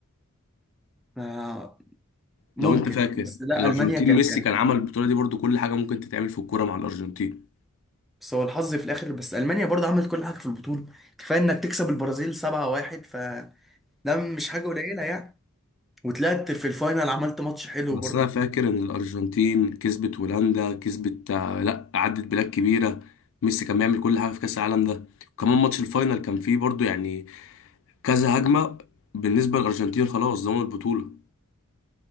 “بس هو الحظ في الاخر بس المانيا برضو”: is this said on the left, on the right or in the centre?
Centre